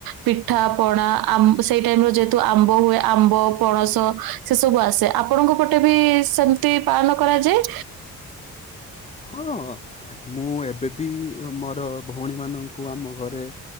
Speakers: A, on the right; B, on the left.
A: ପିଠା ପଣା ଆମ ସେଇ ଟାଇମ ର ଯେହେତୁ ଆମ୍ବ ହୁଏ ଆମ୍ବ, ପଣସ ସେ ସବୁ ଆସେ ଆପଣଙ୍କ ପଟେ ବି ସେମ ତି ପାଳନ କରାଯାଏ?
B: ହଁ। ମୁଁ ଏବେବି ମୋର ଭଉଣୀମାନଙ୍କୁ ଆମ ଘରେ